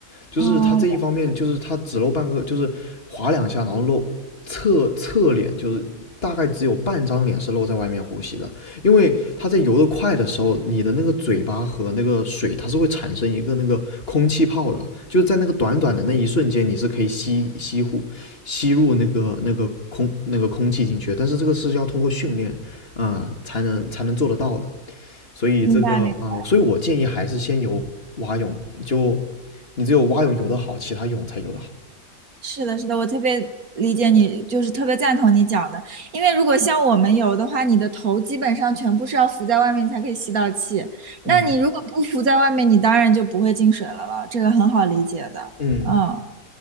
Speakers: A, on the left; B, on the right.
A: 就是他这一方面，
B: 哦，
A: 就是他只露半个，就是划两下，然后露侧侧脸，就是大概只有半张脸是露在外面呼吸的，因为他在游得快的时候，你的那个嘴巴和那个水，它是会产生一个那个空气泡的，就是在那个短短的那一瞬间，你是可以吸吸呼吸入那个那个空那个空气进去但是这个是要通过训练啊，呃，才能才能做得到的。所以这个啊、
B: 明白明白。
A: 呃所以我建议还是先游蛙泳，就你只有蛙泳游得好，其他泳才游得好。
B: 是的，是的，我特别理解你，就是特别赞同你讲的。因为如果像我们游的话，你的头基本上全部是要浮在外面你才可以吸到气。
A: 嗯
B: 那你如果不浮在外面，你当然就不会进水了了。这个很好理解的。
A: 嗯，
B: 嗯，